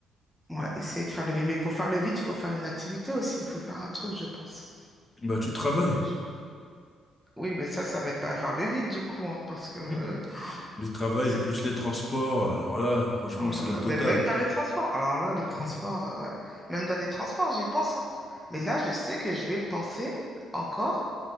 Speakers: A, in the centre; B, on the left.
A: Ouais, essayer de faire le vide. Mais pour faire le vide, il faut faire une activité aussi. Il faut faire un truc, je pense.
B: Bah, tu travailles.
A: pour Oui, mais ça, ça m'aide pas à faire le vide, du coup, hein, parce que
B: <laughs> Le travail
A: c'est...
B: plus les transports. Alors là, franchement,
A: Oh
B: c'est
A: là
B: la
A: là.
B: totale,
A: Mais même
B: quoi.
A: dans les transports. Alors là,
B: <laughs>
A: les transports, euh, ouais. Même dans les transports, j'y pense, hein. Mais là, je sais que je vais penser encore